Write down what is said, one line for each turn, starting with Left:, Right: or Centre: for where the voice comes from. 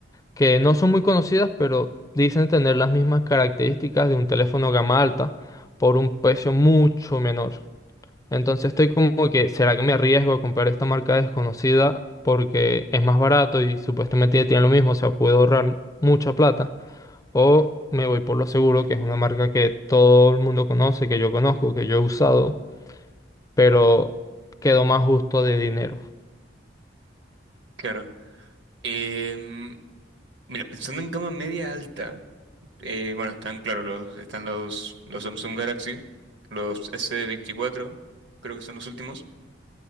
Left: Que no son muy conocidas, pero dicen tener las mismas características de un teléfono gama alta por un precio mucho menor. Entonces estoy como que, ¿será que me arriesgo a comprar esta marca desconocida porque es más barato y supuestamente tiene lo mismo, o sea, puedo ahorrar mucha plata? ¿O me voy por lo seguro, que es una marca que todo el mundo conoce, que yo conozco, que yo he usado? pero quedó más justo de dinero.
Right: claro. Em, mira, pensando en gama media alta. Eh, bueno, están, claro, los, están los, los Samsung Galaxy, los S24, creo que son los últimos.